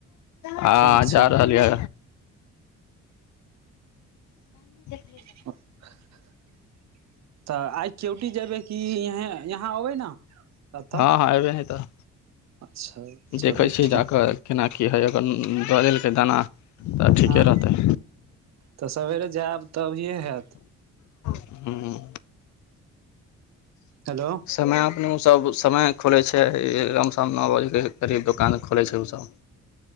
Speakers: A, on the left; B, on the right.
A: हँ
B: ठीक छै
A: जा रहलियै <inaudible>
B: <inaudible> तऽ आइ क्योटी जेयबै कि यह यहाँ अबै ने एतऽ
A: हँ हँ एबै नय तऽ
B: अच्छा चलू
A: देखै छियै
B: ठीक
A: जाकऽ केना की हइ अगर दऽ देलकै दाना तऽ ठीके
B: हँ
A: रहतै
B: तऽ सबेरे जायब तभीये हैत
A: रहतै
B: हेलो
A: समय अपने उ सब समय खोलै छै लम शम नौ बजके करीब दोकान खोलै छै ओसब